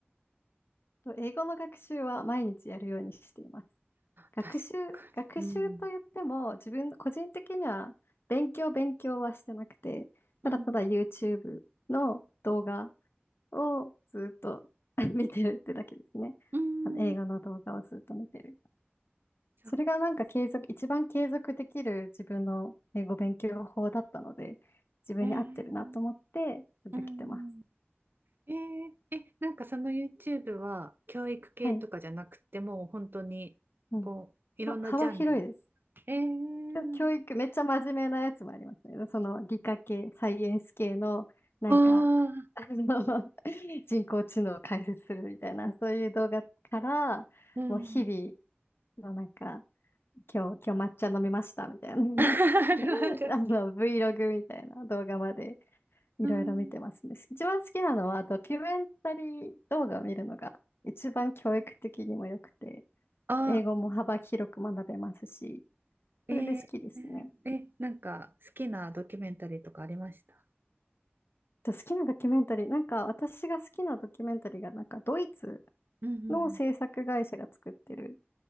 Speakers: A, on the left; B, on the right.
A: と英語の学習は毎日やるようにしています。学習、
B: 確かに。
A: 学習と言っても、
B: うん。
A: 自分、個人的には勉強、勉強はしてなくて、ただただ
B: うん
A: YouTube の動画をずっと <laughs> 見てるってだけですね。
B: うん
A: あの映画の動画をずっと見てる。
B: そう
A: それがなんか継続、一番継続できる自分の英語勉強法だったので、自分に合ってるなと思って続けてます。
B: えーうんえーえ、なんかその YouTube は教育系とかじゃなくてもう本当にこういろんなジャンル。
A: はい。うん。まあ、幅広いです。
B: えー、
A: 教教育、めっちゃ真面目なやつもありますね。その理科系、サイエンス系の、なんか、
B: あー
A: あの、<laughs> 人工知能を解説するみたいな、そういう動画から、
B: うん
A: もう日々のなんか、今日、今日抹茶飲みましたみたいな、
B: <laughs> あるある。
A: <laughs> あの、Vlog みたいな動画まで。いろいろ見てますね。
B: うん
A: 一番好きなのはドキュメンタリー動画を見るのが一番教育的にも良くて、
B: あ、
A: 英語も幅広く学べますし、
B: えー、
A: それで好きですね。
B: え、なんか好きなドキュメンタリーとかありました
A: と好きなドキュメンタリー、なんか私が好きなドキュメンタリーがなんかドイツ
B: うんうん
A: の制作会社が作ってる